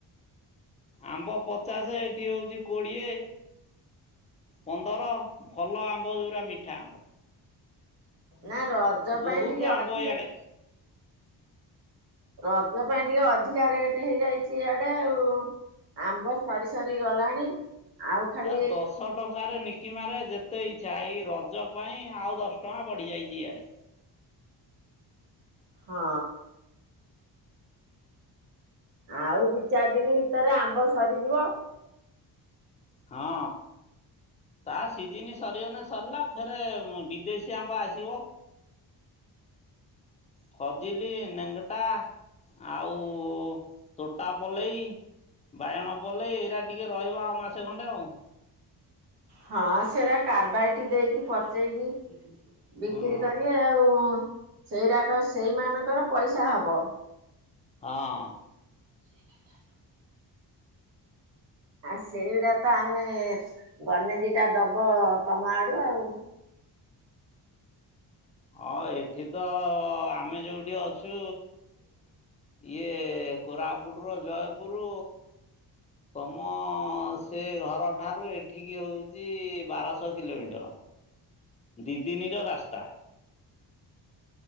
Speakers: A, on the left (about 20°); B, on the right (about 70°).
A: ଆମ୍ବ ପଚାଶ ଏଠି ହଉଛି କୋଡିଏ ପନ୍ଦର ଭଲ ଆମ୍ବ ଯୋଉରା ମିଠା ଆମ୍ବ।
B: ନା ରଜ
A: ବହୁତ
B: ପାଇଁ ଟିକେ
A: ଆମ୍ବ
B: ଅଧିକା।
A: ଇଆଡ଼େ
B: ରଜ ପାଇଁ ଟିକେ ଅଧିକା ରେଟ ହେଇଯାଇଛି ଇଆଡେ ଆଉ ଆମ୍ବ ସରି ସରି ଗଲାଣି। ଆଉ ଖାଲି
A: ଏ ଦଶ ଟଙ୍କାରେ ନି । କିମାରେ ଯେତେ ଇଛା ଏଇ ରଜ ପାଇଁ ଆଉ ଦଶ ଟଙ୍କା ବଢି ଯାଇଛି ଇଆଡେ।
B: ହଁ। ଆଉ ଦି ଚାରି ଦିନ ଭିତରେ ଆମ୍ବ ସରିଯିବ।
A: ହଁ ତା ସିଜିିନ ସରିଗନ ସରିଲା ଫେରେ ବିଦେଶୀ ଆମ୍ବ ଆସିବ। ଖୋଜିଲି ନେଙ୍ଗଟା ଆଉ ତୋଟା ପଲେଇ ବାଇଗଣ ପଲେଇ ଏଇଟା ଟିକେ ରହିବ ଆଉ ମାସେ। ସେ ଖଣ୍ଡେ ଆଉ।
B: ହଁ ସେଟା କାରବାଇଟି ଦେଇକି ପଚେଇକି
A: ହଁ
B: ବିକ୍ରି କରିବେ ଆଉ। ସେଇଟାକ ସେଇମାନଙ୍କର ପଇସା ହବ।
A: ହଁ।
B: <unintelligible> ଆ ସେଇଟା ତ ଆମେ ଗଣେ ଦିଟା ଦବ ତମ ଆଡୁ ଆଉ।
A: ହଁ ଏଠି ତ ଆମେ ଯୋଉଠି ଅଛୁ ଇଏ କୋରାପୁଟର ଜୟପୁର ତମ ସେ ଘର ଠାରୁ ଏଠିକି ହଉଛି ବାରଶହ କିଲୋମିଟର। ଦିଦିନୀର ରାସ୍ତା।